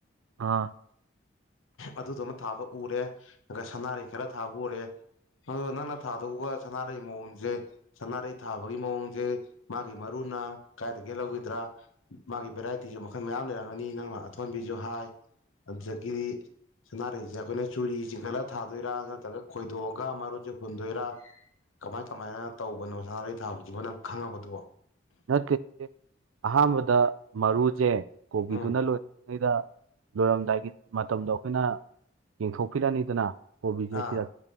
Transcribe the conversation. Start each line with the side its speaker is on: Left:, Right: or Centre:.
Right: ꯑ
Left: ꯑꯗꯨꯗꯨ ꯑꯃ ꯊꯥꯕ ꯎꯔꯦ ꯑꯗꯨꯒ ꯁꯅꯥꯔꯤ ꯈꯔ ꯊꯥꯕ ꯎꯔꯦ ꯑ ꯅꯪꯅ ꯊꯥꯗꯣꯛꯎꯧꯕ ꯁꯅꯥꯔꯩ ꯃꯑꯣꯡꯁꯦ ꯁꯅꯥꯔꯩ ꯊꯥꯕꯒꯤ ꯃꯑꯣꯡꯁꯦ ꯃꯥꯒꯤ ꯃꯔꯨꯅ ꯀꯥꯏꯒꯦ ꯂꯧꯈꯤꯗ꯭ꯔꯥ ꯃꯥꯒꯤ ꯚꯦꯔꯥꯏꯇꯤꯁꯨ ꯃꯈꯜ ꯃꯌꯥꯝ ꯂꯩꯔꯝꯒꯅꯤ ꯅꯪꯅ ꯑꯊꯣꯟꯕꯤꯁꯨ ꯍꯥꯏ ꯑꯗꯨꯗꯒꯤ ꯁꯥꯟꯅꯥꯔꯩꯁꯦ ꯑꯩꯈꯣꯏꯅ ꯆꯨꯔꯤ ꯆꯤꯡꯈꯠꯂ ꯊꯥꯗꯣꯏꯔꯥ ꯅꯠꯇ꯭ꯔꯒ ꯈꯣꯏꯗꯣꯛꯑꯒ ꯃꯔꯨꯁꯦ ꯍꯨꯟꯗꯣꯏꯔꯥ ꯀꯃꯥꯏ ꯀꯃꯥꯏꯅ ꯇꯧꯕꯅꯣ ꯁꯅꯥꯔꯩ ꯊꯥꯕꯁꯤꯕꯣ ꯅꯪ ꯈꯪꯉꯕꯗꯨꯕꯣ
Right: ꯅꯠꯇꯦ ꯑꯍꯥꯟꯕꯗ ꯃꯔꯨꯁꯦ ꯀꯣꯕꯤꯗꯨꯅ
Left: ꯎꯝ
Right: ꯂꯣꯏꯔ ꯂꯣꯏꯔꯝꯗꯥꯏꯒꯤ ꯃꯇꯝꯗꯣ ꯑꯩꯈꯣꯏꯅ ꯌꯦꯡꯊꯣꯛꯄꯤꯔꯅꯤꯗꯅ ꯀꯣꯕꯤꯁꯦ
Left: ꯑꯥ
Right: ꯁꯤꯗ